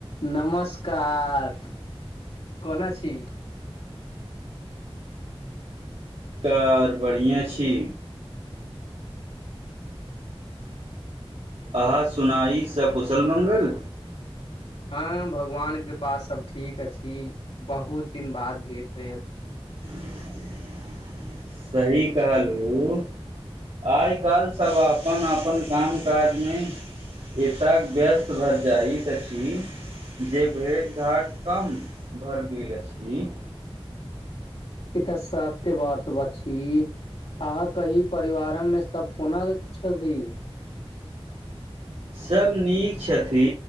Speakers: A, on the left (about 70°); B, on the right (about 75°).
A: नमस्कार कोना छी
B: कार बढ़िआं छी अहा सुोनाइ सब कुशल मंगल
A: हँ भगवान कृपा सभ ठीक अछि बहुत दिन बाद भेट भेल
B: <inaudible> सही कहल हू आइ काल सब अपन अपन काम काजमे एताक व्यस्त भऽ जाइत अछि जे भेट घाट कम भर गेल अछि
A: ई तऽ सत्य वात बा छी अहाँ की परिवार मे सब कोना छथि
B: सभ नीक छथि